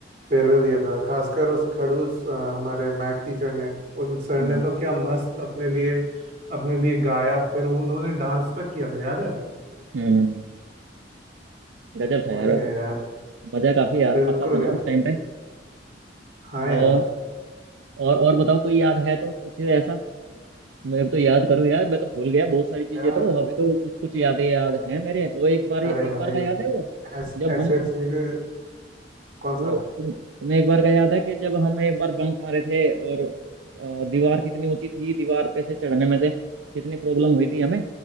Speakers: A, on the right; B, on the right.
A: फेयरवेल दिया था खासकर उस खड़ूस अ, हमारे मैथ टीचर ने उन सर
B: हम्म
A: ने तो क्या मस्त अपने लिए अपने लिए गाया फिर वो उन्होंने डांस तक किया था याद है
B: हम्म, गजब
A: वही
B: था यार वैसे
A: है यार
B: मजा काफी आ-
A: बिल्कुल
B: आता था ना
A: यार
B: उस टाइम पे
A: हाँ
B: और
A: यार
B: और और बताओ कोई याद है तो कुछ ऐसा मैं तो याद करूँ यार मैं तो भूल गया बहुत सारी चीजें
A: यार
B: तो अभी तो कुछ कुछ यादें याद हैं मेरे वो एक बार
A: अरे
B: एक
A: भाई
B: बार का याद है वो
A: ऐस,
B: जब
A: ऐसे
B: हम
A: चीजें कौन
B: वो
A: सा
B: तुम तुम्हें एक बार का याद है कि जब हम एक बार बंक मारे थे और अ, दीवार कितनी ऊंची थी दीवार पे से चढ़ने में से कितनी प्रॉब्लम हुई थी हमें